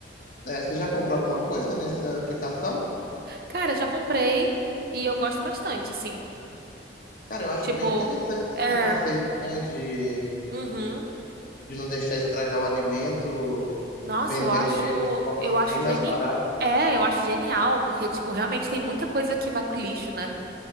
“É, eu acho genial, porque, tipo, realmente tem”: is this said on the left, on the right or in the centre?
Right